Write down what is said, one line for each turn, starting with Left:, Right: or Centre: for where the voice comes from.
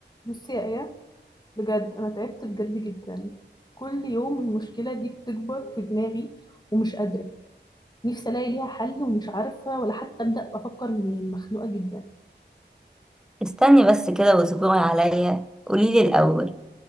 Left: بصي يا ايه بجد انا تعبت بجد جدا كل يوم المشكله دي بتكبر في دماغي ومش قادره نفسي الاقي ليها حل ومش عارفه ولا حتى ابدا افكر منين مخنوقه جدا
Centre: استني بس كده واصبري عليا قوليلي الأول